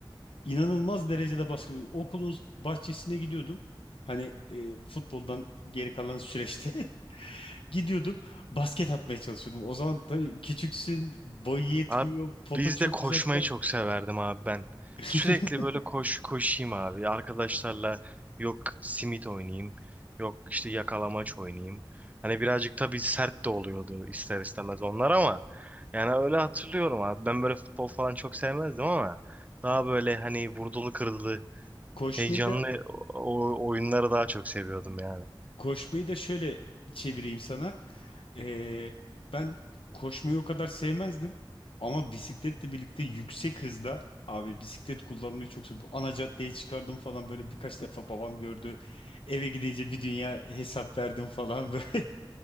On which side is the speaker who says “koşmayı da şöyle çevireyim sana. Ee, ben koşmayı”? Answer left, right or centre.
Left